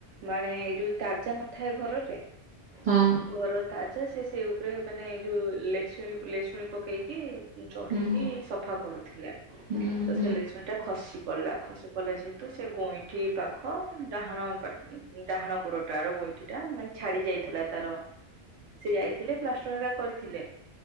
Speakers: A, on the right; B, on the right.
A: ମାନେ ଏ ଯୋଉ ତାଜା ନଥାଏ ଘରରେ।
B: ହେଉଛି ହଁ
A: ଘର ତାଜା ସେ ସେଇ ଉପରେ ମାନେ ଯୋଉ ଲେଶୁଣି ଲେଶୁଣି। ପକେଇକି ଚଢ଼ିକି
B: ହୁଁ।
A: ସଫା କରୁଥିଲେ।
B: ଆଚ୍ଛା
A: ତ ସେ ଲେଶୁଣୀ ଟା ଖସି ପଡ଼ିଲା ଖସି ପଡ଼ିଲା ଯେହେତୁ ସେ ଗୋଇଁଠି। ପାଖ ଡାହାଣ ପା ଡାହାଣ ଗୋଡ଼ ତାର ଗୋଇଠି ଟା ମାନେ ଛାଡି ଯାଇଥିଲା ତାର ସେ ଯାଇଥିଲେ ପ୍ଲାଷ୍ଟର ହେରିକା କରିଥିଲେ।